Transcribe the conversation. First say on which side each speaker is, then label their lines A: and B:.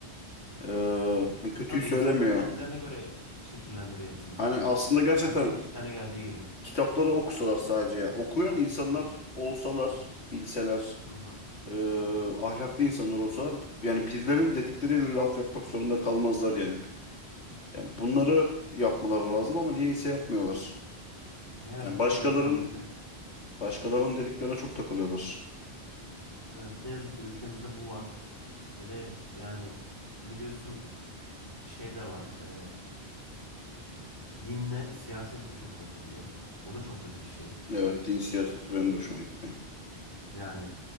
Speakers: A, on the left; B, on the left.
A: Ee, hani kötüyü
B: E tabii
A: söylemiyor.
B: insanlar kendilerine göre şekillendiriyor hepsini.
A: Hani aslında gerçekten
B: Kendi işlerine geldiği gibi.
A: kitapları okusalar sadece ya. Okuyan insanlar olsalar, bilseler,
B: Hı hı.
A: ee, ahlaklı insanlar olsalar yani birilerinin dedikleriyle laf yapmak zorunda kalmazlar yani. Yani bunları yapmaları lazım ama niyeyse yapmıyorlar.
B: Ne yazık
A: Yani başkaların
B: ki ülkemizde,
A: başkalarının dediklerine çok takılıyorlar.
B: evet ne yazık ki ülkemizde bu var. Bir de yani biliyorsun şey de var. e, dinle siyaset de çok yapılıyor. O da çok kötü bir şey.
A: Evet, din siyaseti benim de hoşuma gitmiyor.
B: Yani